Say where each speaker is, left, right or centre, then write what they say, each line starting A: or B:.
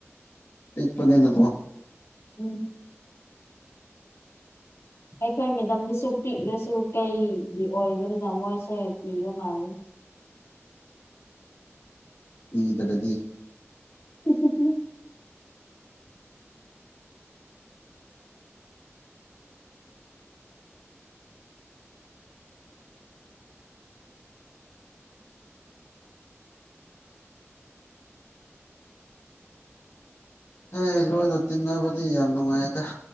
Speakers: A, on the left; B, on the left.
A: ꯄꯤꯛꯄꯅꯤꯅꯀꯣ
B: ꯎꯝ꯫ ꯑꯩꯈꯣꯏ ꯃꯦꯗꯝꯗꯨꯁꯨ ꯄꯤꯛꯔꯁꯨ ꯀꯩꯒꯤ ꯑꯣꯏꯕꯅꯤꯅ ꯃꯣꯏꯁꯦ ꯀꯤꯕ ꯃꯥꯜꯂꯦ꯫
A: ꯀꯤꯗꯔꯗꯤ꯫
B: <unintelligible>
A: ꯍꯩ ꯂꯣꯏꯅ ꯇꯤꯟꯅꯕꯗꯤ ꯌꯥꯝ ꯅꯨꯡꯉꯥꯏꯗ